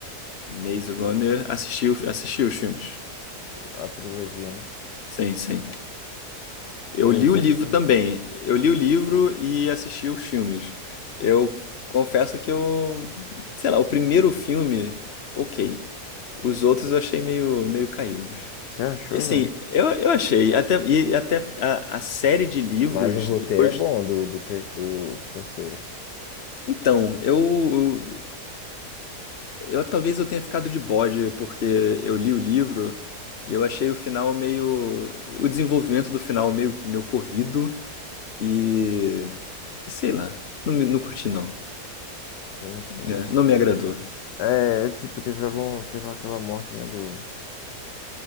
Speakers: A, on the left (about 50°); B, on the left (about 80°).
A: Maze Runner assistiu, assistiu os filmes.
B: A trilogia, né?
A: Sim, sim. Eu
B: E aí,
A: li
B: o que
A: o livro
B: é que você achou?
A: também. Eu li o livro e assisti os filmes. Eu confesso que eu, sei lá, o primeiro filme, ok. Os outros eu achei meio, meio caídos.
B: Você achou,
A: E assim,
B: velho?
A: eu, eu achei, até, e até a, a série de livros
B: Mas o roteiro
A: depois.
B: é bom do, do, ter- do, do terceiro.
A: Então, eu, eu Eu talvez eu tenha ficado de bode porque eu li o livro e eu achei o final meio, o desenvolvimento do final meio, meio corrido e, e sei lá, não me, não curti não,
B: Sim, sim.
A: É,
B: Ti-
A: não me agradou.
B: É, tipo, teve algum, teve aquela morte, né, do,